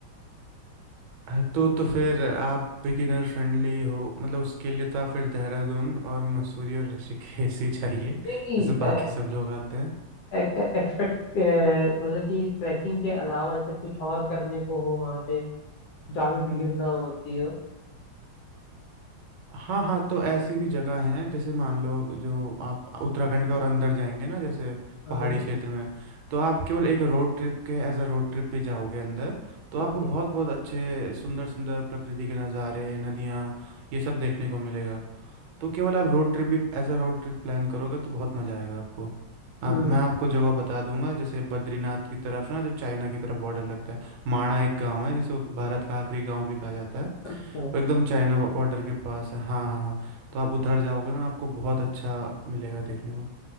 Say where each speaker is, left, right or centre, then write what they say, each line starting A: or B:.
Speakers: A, on the right; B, on the left.
A: हाँ, तो तो फिर आप बिगिनर फ्रेंडली हो मतलब उसके लिए तो आप फिर देहरादून और मसूरी और ऋषिकेश ही चाहिए जैसे
B: नहीं नहीं
A: बाकी सब लोग आते हैं
B: एक्सपेक्ट मतलब कि ट्रैकिंग के अलावा जैसे कुछ और करने को हो वहाँ पे जहाँ पे भीड़ ना होती हो
A: हाँ हाँ तो ऐसी भी जगह हैं जैसे मान लो जो आप उत्तराखंड के और अंदर जाएंगे ना जैसे
B: हाँ
A: पहाड़ी क्षेत्र में तो आप केवल एक रोड ट्रिप के एज अ रोड ट्रिप भी जाओगे अंदर तो आपको
B: ओके
A: बहुत बहुत अच्छे सुंदर सुंदर प्रकृति के नज़ारे नदियाँ ये सब देखने को मिलेगा तो केवल आप रोड ट्रिप भी as a road trip plan करोगे तो बहुत मज़ा आएगा आपको आप
B: हम्म।
A: मैं आपको जगह बता दूंगा जैसे बद्रीनाथ की तरफ ना जो चाइना की तरफ बॉर्डर लगता है माणा एक गांव है जिसको भारत का आखिरी गांव भी कहा जाता है वो
B: अच्छा अच्छा
A: एकदम चाइना बॉर्डर के पास है हाँ हाँ हाँ तो आप उधर जाओगे ना आपको बहुत अच्छा मिलेगा देखने को